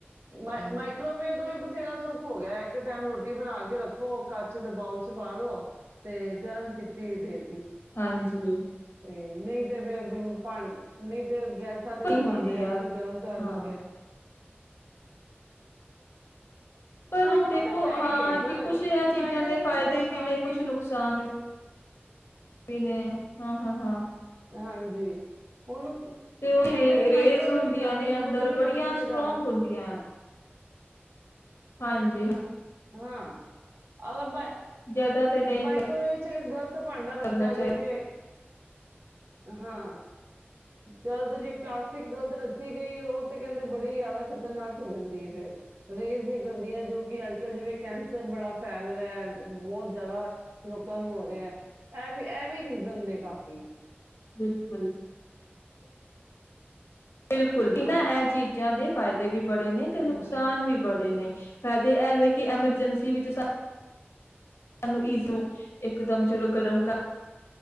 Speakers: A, on the left; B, on the right.
A: ਹਮ
B: ਮ ਮਾਈਕ੍ਰੋਵੇਵ ਦਾ ਵੀ ਬਥੇਰਾ ਸ ਹੋ ਗਿਆ ਇੱਕ ਟਾਈਮ ਰੋਟੀ ਬਣਾ ਕੇ ਰੱਖੋ ਕੱਚ ਦੇ ਬੋਲ ਚ ਤੁਸੀਂ ਪਾ ਦੋ ਤੇ ਗਰਮ ਕੀਤਾ ਤੀ ਦੇ
A: ਹਾਂਜੀ।
B: ਤੇ ਨਹੀਂ ਤੇ ਫੇਰ ਭਾਂ ਨਹੀਂ ਤੇ ਗੈਸਾਂ ਤੇ
A: ਕੀ
B: ਤੇ ਭਾਂਡਿਆਂ
A: ਹੁੰਦੀ
B: ਚ
A: ਆ
B: ਅਸੀਂ ਗਰਮ ਕਰ
A: ਹਾਂ
B: ਸਕੇ।
A: ਪਰ
B: ਹਾਂ ਉਹ
A: ਦੇਖੋ
B: ਤੇ ਹੈ
A: ਹਾਂ
B: ਹੀ ਹੈ ਪਰ
A: ਜੀ ਕੁਛ ਇਹ ਚੀਜ਼ਾਂ
B: ਫਾਇਦੇ
A: ਦੇ
B: ਵੀ
A: ਫਾਇਦੇ
B: ਨੇ ਤੇ ਨੁਕਸਾਨ
A: ਵੀ ਨੇ ਕੁਛ ਨੁਕਸਾਨ ਵੀ ਵੀ ਨੇ ਹਾਂ- ਹਾਂ, ਹਾਂ।
B: ਹਾਂਜੀ, ਹੁਣ ਕਹਿੰਦੇ
A: ਤੇ ਉਹ
B: ਨੇ
A: ਰੇਜ਼
B: ਮਾਈਕ੍ਰੋਵੇਵ
A: ਹੁੰਦੀਆਂ
B: ਜ਼ਿਆਦਾ
A: ਨੇ
B: ਯੂਜ
A: ਅੰਦਰ
B: ਨਹੀਂ
A: ਬੜੀਆਂ
B: ਕਰਨਾ ਚਾਹੀਦਾ
A: ਸਟਰੋਂਗ ਹੁੰਦੀਆਂ। ਹਾਂਜੀ, ਹਾਂ।
B: ਹਾਂ। ਅਲ ਮ
A: ਜਿਆਦਾ ਤੇ ਨਹੀਂ
B: ਮਾਈਕ ਦੇ ਵਿੱਚ ਤੇ ਗਲ ਭਾਂਡਾ
A: ਕਰਨਾ
B: ਰੱਖਿਆ
A: ਚਾਹੀਦਾ
B: ਗਿਆ ਜਿਵੇਂ ਹਾਂ ਗਲਤ ਜੇ ਪਲਾਸਟਿਕ ਗ਼ਲਤ ਰੱਖੀ ਗਈ ਹੈ ਉਹ ਤੇ ਕਹਿੰਦੇ ਬੜੀ ਜ਼ਿਆਦਾ ਖ਼ਤਰਨਾਕ ਹੋ ਜਾਂਦੀ ਹੈ, ਫੇਰ ਰੇਜ਼ ਨਿਕਲਦੀ ਹੈ ਜੋ ਕਿ ਅੱਜ ਜਿਵੇਂ ਕਹਿਣ ਸਰ ਬੜਾ ਫੈਲ ਰਿਹਾ ਬਹੁਤ ਜਿਆਦਾ ਲੋਕ ਲੋਕਾਂ ਨੂੰ ਹੋ ਰਿਹਾ ਇਹ ਵੀ ਇਹ ਵੀ ਰੀ ਨੇ ਕਾਫੀ
A: ਬਿਲਕੁਲ। ਬਿਲਕੁਲ ਇਹਨਾਂ
B: ਹਾਂ
A: ਇਹ ਚੀਜ਼ਾਂ ਦੇ ਫਾਇਦੇ ਵੀ ਬੜੇ ਨੇ ਤੇ ਨੁਕਸਾਨ
B: ਹਾਂ
A: ਵੀ ਬੜੇ ਨੇ। ਫਾਇਦੇ ਇਹ ਵਿ ਕਿ ਐਮਰਜੈਂਸੀ ਵਿਚ ਸਾਨੂ ਸਾਨੂੰ ਇਕੋ ਇਕਦਮ ਚਲੋ ਗਰਮ ਕਰ